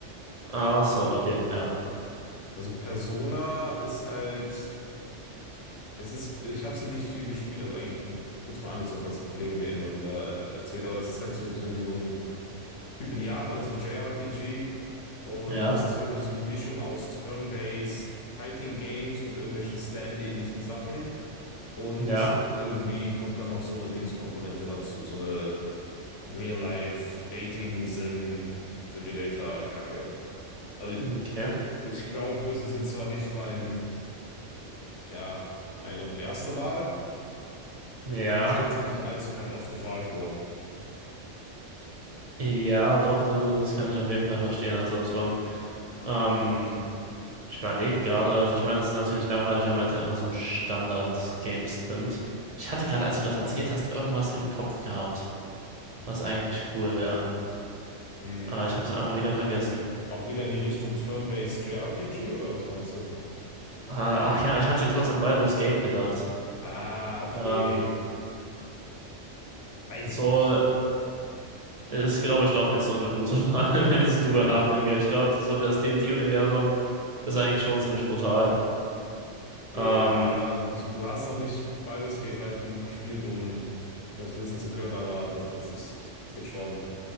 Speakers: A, on the right (about 40°); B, on the left (about 75°).
A: Ach so, okay. Ja.
B: Also Persona ist halt, es ist, ich habe sie nicht viel gespielt, also eigentlich nur kurz mal angezockt, weil es ein Kollege mir immer wieder erzählt, aber es ist halt so du bist irgendwie so ein Typ in Japan, das ist ein JRPG und
A: Ja.
B: das ist irgendwie so eine Mischung aus Turn-Based Fighting Games mit irgendwelchen Stand-ähnlichen Sachen und
A: Ja.
B: irgendwie kommt dann noch so eine Dings-Komponente dazu, so eine Real-Life Dating Sim Simulator Kacke. Also
A: Okay.
B: ich glaube, es ist jetzt zwar nicht mein, ja, meine erste Wahl,
A: Ja.
B: aber ich stelle es mir nicht allzu katastrophal vor.
A: Ja, doch, das, das kann ich auf jeden Fall verstehen als Option. Ähm, ich überlege gerade, also ich meine, es ist natürlich langweilig, wenn man jetzt einfach so Standard-Games nimmt. Ich hatte gerade, als du das erzählt hast, irgendwas im Kopf gehabt, was eigentlich cool wäre.
B: Hm,
A: Ah, ich habe es einfach wieder vergessen.
B: auch wieder in die Richtung Turn-Based JRPG oder was meinst du?
A: Ah, ach ja, ich hatte kurz an Baldur's Gate gedacht.
B: Ah, okay.
A: Ähm,
B: Weiß
A: so
B: ich nicht.
A: ist, glaube ich, doch nicht so eine gute <laughs> Wahl, wenn ich so drüber
B: Ja,
A: nachdenke. Ich glaube, so das D&D-Universum ist eigentlich schon ziemlich brutal.
B: ja,
A: Ähm,
B: und ich, du hast noch nicht Baldur's Gate weit genug gespielt, um das wissen zu können, aber das, das ist, es passiert schon,